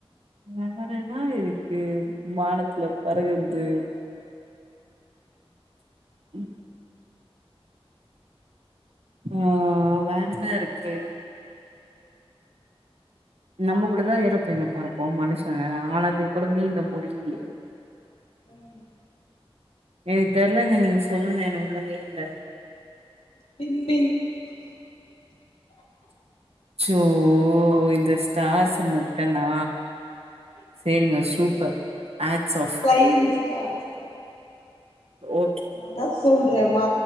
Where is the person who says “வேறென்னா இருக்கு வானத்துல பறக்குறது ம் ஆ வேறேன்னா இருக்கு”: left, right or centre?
Right